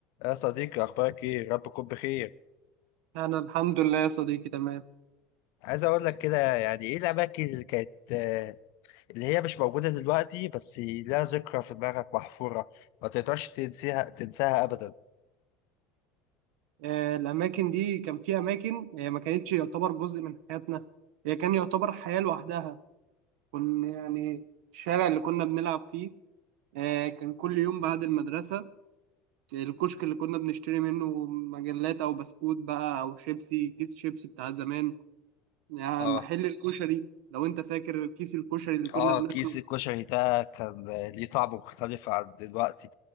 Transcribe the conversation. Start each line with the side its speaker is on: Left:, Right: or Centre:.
Left: يا صديقي اخبارك ايه ربكم بخير
Right: أنا الحمد لله يا صديقي تمام
Left: عايز اقول لك كده يعني ايه الاماكن اللي كانت آه، اللي هي مش موجوده دلوقتي بس لها ذكرى في دماغك محفوره ما تقدرش تنسيها تنساها ابدا
Right: آه، الأماكن دي كان في أماكن هي ما كانتش يعتبر جزء من حياتنا هي كان يعتبر حياة لوحدها كنا يعني الشارع اللي كنا بنلعب فيه آه، كان كل يوم بعد المدرسة الكشك اللي كنا بنشتري منه مجلات أو بسكوت بقى أو شيبسي كيس شيبسي بتاع زمان يعني
Left: اه
Right: محل الكشري لو أنت فاكر كيس الكشري اللي كنا
Left: اه
Right: بناكله
Left: كيس الكشري ده كان آه، ليه طعم مختلف عن دلوقتي